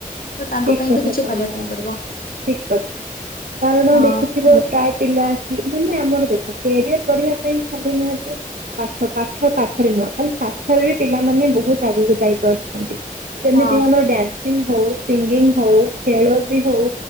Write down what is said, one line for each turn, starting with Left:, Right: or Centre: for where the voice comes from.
Left: ତ ତାଙ୍କ
Right: ଠିକ
Left: ପାଇଁ
Right: କଥା
Left: ତ କିଛି
Right: କହିଲେ
Left: କରିବା ପାଇଁ
Right: ସାଙ୍ଗ
Left: ପଡିବ।
Right: ଠିକ କଥା କାରଣ
Left: ହଁ
Right: ଦେଖି ଥିବ ପ୍ରାୟ ପିଲା କି ମାନେ ଆମର ଦେଖ କ୍ୟାରିଅର ବଢିବା ପାଇଁ ଖାଲି ନୁହଁ ଯେ ପାଠ ପାଠ ପାଠରେ ନୁହଁ ଖାଲି ସାଠରେ ବି ପିଲାମାନେ ବହୁତ ଆଗକୁ ଯାଇ ପାରୁଛନ୍ତି। ଯେମିତିି
Left: ହଁ
Right: ଆମର ଡାନସିଂ ହଉ ସିଙ୍ଗିଙ୍ଗ ହଉ ଖେଳ ବି ହଉ